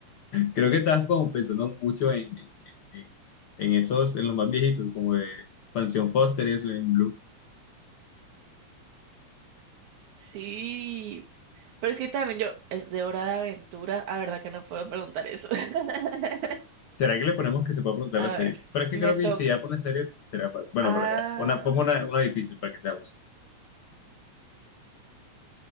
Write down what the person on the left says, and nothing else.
Creo que estabas como pensando mucho en, en, en, en esos, en los más viejitos, como de Pansión Foster y eso en Blue.
¿Será que le ponemos que se pueda preguntar
la serie?
Pero es que
creo
que si ya pone serie, será fácil. Bueno,
pero ya, una, pongo una, una difícil para que sea justo.